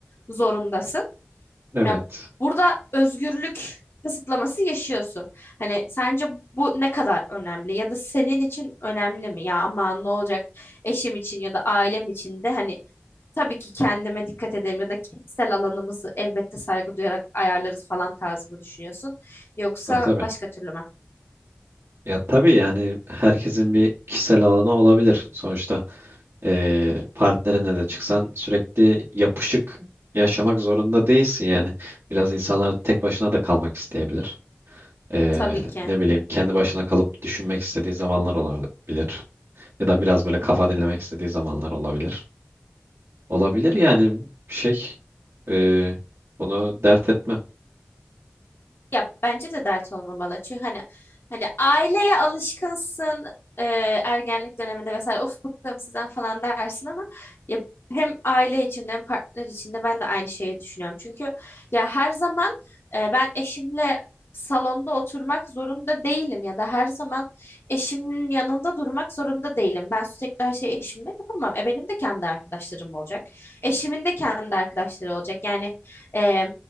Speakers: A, on the left; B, on the right.
A: zorundasın.
B: Evet.
A: Ya burada özgürlük kısıtlaması yaşıyorsun. Hani sence bu ne kadar önemli ya da senin için önemli mi? Ya aman ne olacak eşim için ya da ailem için de hani tabii ki kendime dikkat ederim ya da kişisel alanımızı elbette saygı duyarak ayarlarız falan tarzı mı düşünüyorsun? Yoksa
B: Tabii tabii.
A: başka türlü mü?
B: Ya tabii yani herkesin bir kişisel alanı olabilir sonuçta. e, partnerinle de çıksan sürekli yapışık yaşamak zorunda değilsin yani. Biraz insanlar tek başına da kalmak isteyebilir. E,
A: Tabii ki.
B: ne bileyim kendi başına kalıp düşünmek istediği zamanlar olabilir. Ya da biraz böyle kafa dinlemek istediği zamanlar olabilir. Olabilir yani şey e, bunu dert etmem.
A: Ya bence de dert olmamalı. Çünkü hani hani aileye alışkınsın e, ergenlik döneminde vesaire of bıktım sizden falan dersin ama ya hem aile içinde hem partner içinde ben de aynı şeyi düşünüyorum. Çünkü ya her zaman e, ben eşimle salonda oturmak zorunda değilim ya da her zaman eşimin yanında durmak zorunda değilim. Ben sürekli her şeyi eşimle yapamam. E benim de kendi arkadaşlarım olacak. Eşimin de kendi arkadaşları olacak. Yani e,